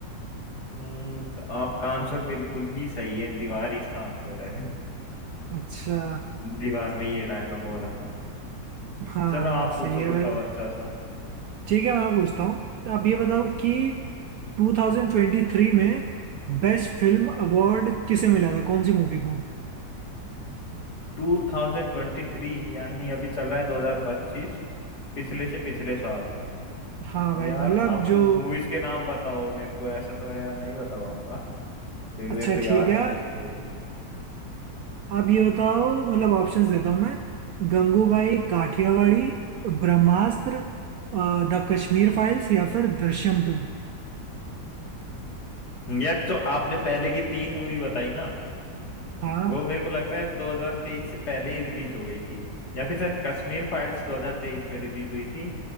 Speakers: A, on the left; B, on the right.
A: हम्म, तो आपका आंसर बिल्कुल ही सही है दीवार इसका आंसर है
B: अच्छा
A: <laughs> दीवार में ये डायलॉग बोला था
B: हाँ
A: चलो
B: हाँ
A: आप
B: सही
A: पूछो
B: है
A: कुछ
B: भाई
A: अब अच्छा सा
B: ठीक है मैं पूछता हूँ आप ये बताओ कि 2023 में बेस्ट फिल्म अवार्ड किसे मिला था कौन सी मूवी को
A: 2023 यानी अभी चल रहा है 2025 पिछले से पिछले साल
B: हाँ भाई
A: यार
B: मतलब
A: आप
B: जो
A: मूवीज के नाम बताओ मेरे को ऐसा तो मैं यार नहीं बता पाऊंगा क्योंकि
B: अच्छा
A: मेरे को याद
B: ठीक है
A: नहीं है कि
B: आप ये बताओ मतलब ऑप्शंस देता हूँ मैं गंगूबाई काठियावाड़ी ब्रह्मास्त्र अ, द कश्मीर फाइल्स या फिर दृश्यम टू
A: यार जो आपने पहले की तीन मूवी बताई ना
B: हाँ
A: वो मेरे को लगता है 2023 से पहले ही रिलीज हो गई थी या फिर शायद कश्मीर फाइल्स 2023 में रिलीज हुई थी